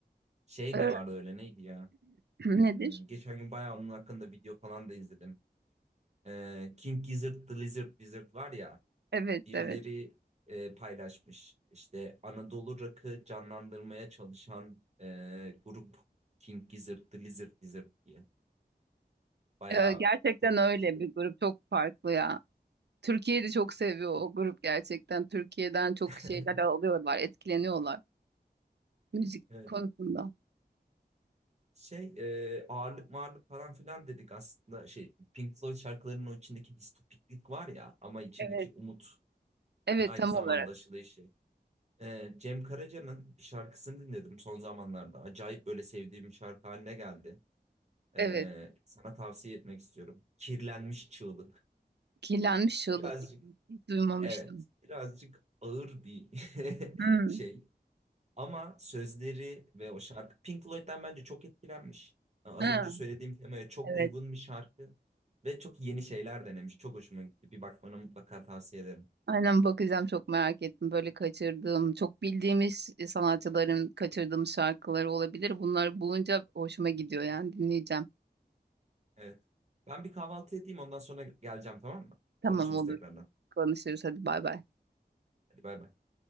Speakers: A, on the right; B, on the right.
A: şey
B: Ee,
A: de vardı öyle neydi ya?
B: <clears throat>
A: Hmm,
B: nedir?
A: geçen gün bayağı onun hakkında video falan da izledim. Ee, King Gizzard The Lizard Wizard var ya
B: Evet
A: birileri
B: evet.
A: e, paylaşmış. İşte Anadolu Rock'ı canlandırmaya çalışan e, grup King Gizzard The Lizard Wizard diye. Bayağı
B: Ee, gerçekten
A: buradaki
B: öyle bir grup çok farklı ya. Türkiye'yi de çok seviyor o grup gerçekten. Türkiye'den çok
A: <laughs>
B: şeyler alıyorlar, etkileniyorlar müzik
A: Evet.
B: konusunda.
A: Şey e, ağırlık mağırlık falan filan dedik aslında şey Pink Floyd şarkılarının o içindeki distopiklik var ya ama içindeki
B: Evet.
A: umut
B: Evet
A: aynı
B: tam
A: zamanda
B: olarak.
A: aşılayışı. E, Cem Karaca'nın bir şarkısını dinledim son zamanlarda. Acayip böyle sevdiğim bir şarkı haline geldi. E,
B: Evet.
A: sana tavsiye etmek istiyorum. Kirlenmiş Çığlık.
B: Kirlenmiş Şıldız.
A: Birazcık
B: Hiç duymamıştım.
A: evet birazcık ağır bir <laughs>
B: Hmm.
A: şey Ama sözleri ve o şarkı Pink Floyd'den bence çok etkilenmiş. Ee, Az
B: Ha,
A: önce söylediğim temaya çok
B: evet.
A: uygun bir şarkı ve çok yeni şeyler denemiş. Çok hoşuma gitti. Bir bakmanı mutlaka tavsiye ederim.
B: Aynen bakacağım çok merak ettim. Böyle kaçırdığım, çok bildiğimiz sanatçıların kaçırdığım şarkıları olabilir. Bunları bulunca hoşuma gidiyor yani dinleyeceğim.
A: Evet. Ben bir kahvaltı edeyim ondan sonra geleceğim tamam mı?
B: Tamam
A: Konuşuruz
B: olur.
A: tekrardan.
B: Konuşuruz hadi bay bay.
A: Hadi bay bay.